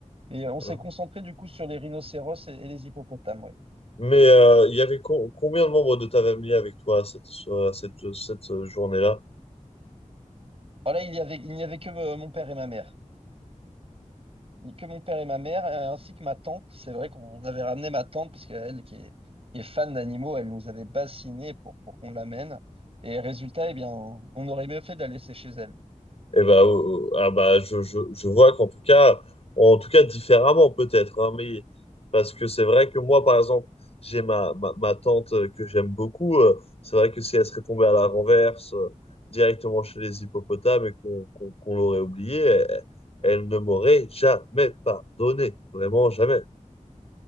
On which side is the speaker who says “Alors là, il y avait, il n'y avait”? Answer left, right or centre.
Right